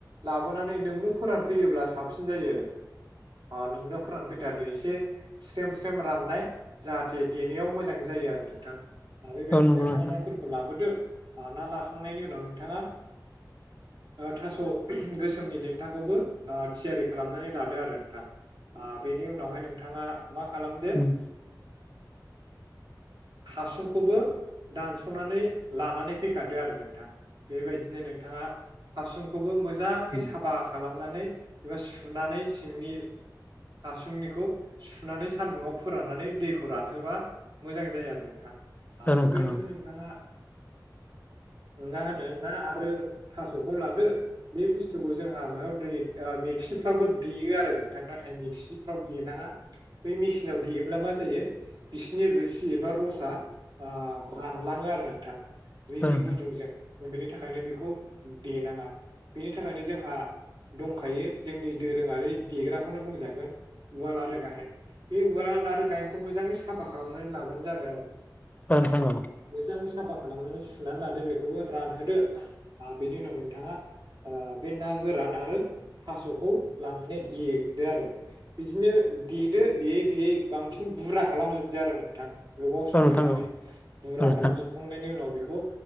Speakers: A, on the right; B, on the left.
A: लाबोनानै नोंनो फोरानफैयोब्ला साबसिन जायो आरो नोंनो फोरानफैथारदो एसे स्रेम स्रेम राननाय जाहाथे देनायाव मोजां जायो आरो नोंथां। आरो बेबायदिनो
B: औ नंगौ
A: नोंथाङा
B: नोंथां
A: नाफोरखौ लाबोदो ना लाखांनायनि उनाव नोंथाङा थास' गोसोमनि देंथाखौबो थियारि खालामनानै लादो आरो नोंथां। बेनि उनावहाय नोंथाङा मा खालामदो
B: उम
A: हासुंखौ खौबो दानस'नानै लानानै फैखादो आरो नोंथां बेबायदिनो नोंथाङा हासुंखौबो मोजाङै
B: उम
A: साफा खालामनानै एबा सुनानै सिंनि हासुंनिखौ सुनानै सान्दुंङाव फोराननानै दैखौ रानहोब्ला मोजां जाया आरो नोंथां
B: औ नोंथां
A: बेबायदिनो
B: औ
A: नोंथाङा मा होनो ना आरो थास'खौ लादो। बे बुस्थुखौ जोंहा माबायाव दै मेक्सिफ्रावबो देयो आरो नोंथां नाथाय मेक्सिफ्राव देनाङा बै मेचिनाव देयोब्ला मा जायो बिसिनि रोसि एबा रसा रानलाङो आरो नोंथां बनि
B: औ नोंथां
A: गुदुंजों बेनि थाखायनो बेखौ दनाङा बेनि थाखायनो जोंहा दंखायो जोंनि दोरोङारि देग्राखौनो बुंजागोन। उवाल आरो गायेन बे उवाल आरो गायेनखौ मोजाङै साफा खालामनानै लाबानो जाबाय आरो
B: जागोन थां
A: मोजाङै साफा खालामनानै सुनानै लादो बेखौबो रानहोदो बेनि उनाव नोंथाङा बे ना गोरान आरो थास'खौ लानानै देदो आरो बिदिनो देदो देयै देयै बांसिन बुरा खालामजोबदो आरो नोंथां। गोबाव सम
B: औ नोंथां
A: लिरनानै
B: औ
A: मुरा
B: औ नोंथां
A: खालामजोबखांनायनि उनाव बेखौ